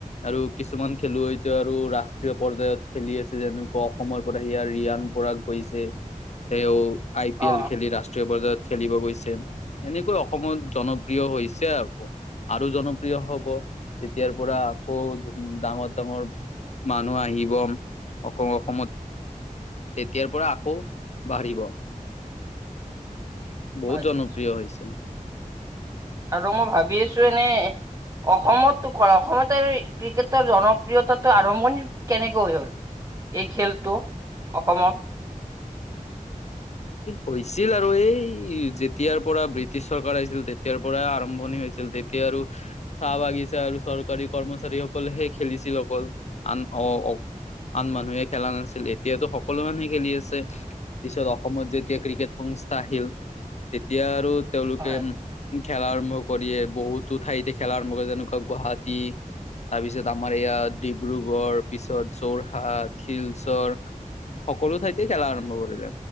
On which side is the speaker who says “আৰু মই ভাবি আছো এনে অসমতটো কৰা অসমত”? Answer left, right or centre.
Right